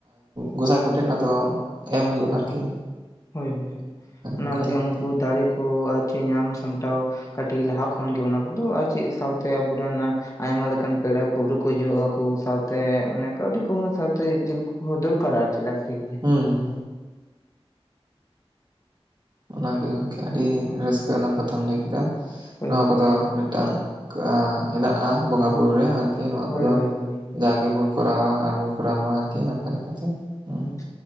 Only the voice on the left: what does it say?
ᱦᱳᱭ ᱦᱳᱭ ᱚᱱᱟ
ᱞᱟᱹᱜᱤᱫ
ᱩᱱᱠᱩ ᱫᱟᱨᱮ ᱠᱚ ᱟᱨ ᱪᱮᱫ ᱧᱟᱢ ᱥᱟᱢᱴᱟᱣ ᱠᱟᱹᱴᱤᱡ ᱞᱟᱦᱟ ᱠᱷᱚᱱᱜᱮ ᱚᱱᱟ ᱠᱚᱫᱚ ᱟᱨ ᱪᱮᱫ ᱥᱟᱶᱛᱮ ᱟᱵᱚᱨᱮᱱ ᱟᱭᱢᱟ ᱞᱮᱠᱟᱱ ᱯᱮᱲᱟ ᱯᱟᱹᱲᱦᱟᱹ ᱠᱚ ᱦᱤᱡᱩᱜ ᱟᱠᱚ ᱥᱟᱶᱛᱮ ᱢᱟᱱᱮ ᱠᱟᱹᱣᱰᱤ ᱠᱚᱦᱚᱸ ᱥᱟᱶᱛᱮ ᱡᱮᱞ ᱠᱚᱦᱚ ᱫᱚᱨᱠᱟᱨᱟ ᱪᱮ ᱞᱟᱹᱛᱤ ᱜᱮᱭᱟ
ᱦᱳᱭ
ᱦᱳᱭ
ᱜᱚᱝᱠᱮ
ᱦᱳᱭ ᱦᱳᱭ ᱦᱳᱭ
ᱦᱮ